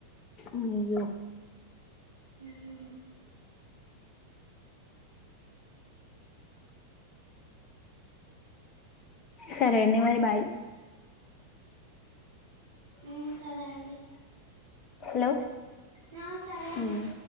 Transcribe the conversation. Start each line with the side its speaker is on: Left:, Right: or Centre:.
Left: అయ్యో
Right: హ్మ్
Left: సరే అండి మరి బాయ్
Right: ఉమ్ సరే అండి
Left: హలో
Right: ఆ సరే అండి
Left: ఉమ్